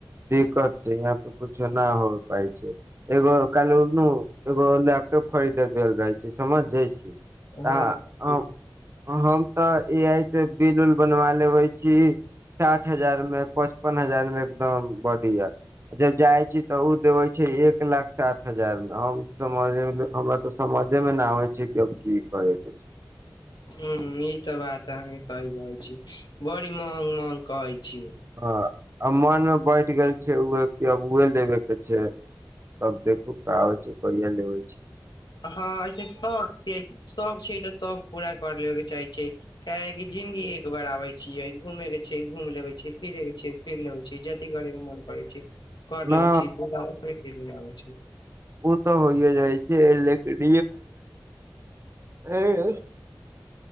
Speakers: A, on the right; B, on the left.
A: दिक्कत छै, यहां पे कुछो ना हो पाय छै, एगो काएल नु एगो लैपटॉप खरीदे गेल रहै छी, समझे छी। त
B: हँ
A: अहाँ
B: ह
A: हम, हम तऽ ए आई से बिल-उल बनवा लेबे छी साठ हजार मे। पचपन हजार मे एगदम बडिया, जब जाय छी ते उ देबै छै एक लाख सात हजार मे हम समझे मे, हमरा ते समझे मे ना आबै छै कि आब की करय के छै।
B: ह्म्म ई ते बात अहाँ के सही कहै छी, बड़ी महग-महग कहै छी
A: हाँ। आब मन मे बैठ गेल छै उहे कि अब उहे लेबे के छै, तब देखू का हो छै, कहिया लेबे छी।
B: हाँ ऐसे <unintelligible> सब छै तऽ सब पूरा कर लेबे चाही छै। काहे की जिनगी एकबार आबे छीयै, घूमे के छै घूम लेबे छी, फिरे के छै फिर लेबै छी, जथी करे के मोन करे छै। कर
A: न
B: लेबै छी, दुबारा थोड़ी फिर घूमे आबै छै। ह्म्म।
A: उ ते होये जाय छै, लेकिन <unintelligible>